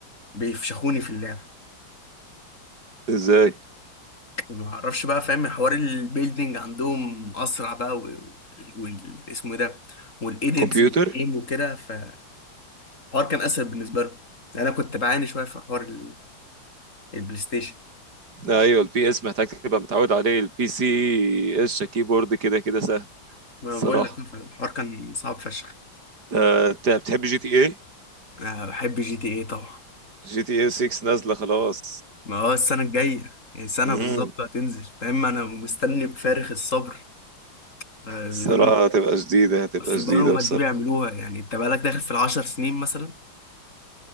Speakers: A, on the left; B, on the right.
A: بيفشخوني في اللعب
B: ازاي
A: وما اعرفش بقى فاهم حوار البيلدينج عندهم اسرع بقى وال وال- اسمه ايه ده والايديتس
B: كمبيوتر
A: والجيم وكده فالحوار كان اسهل بالنسبه لهم يعني انا كنت بعاني شويه في حوار ال- البلاي ستيشن
B: ايوه البي اس محتاج تبقى متعود عليه البي سي اس كيبورد كده كده سهل
A: ما
B: الصراحة
A: بقول لك الحوار كان صعب فشخ
B: آه، انت بتحب جي تي اي
A: أنا بحب جي تي ايه طبعا
B: جي تي اي 6 نازلة خلاص
A: ما هو السنه الجايه يعني سنه
B: مم.
A: بالظبط هتنزل فاهم انا مستني بفارغ الصبر آه،
B: الصراحة
A: بيقولوا
B: هتبقى جديدة هتبقى
A: اصل
B: جديدة
A: بقالهم قد
B: بصراحة
A: ايه بيعملوها يعني انت بقالك داخل في العشر سنين مثلا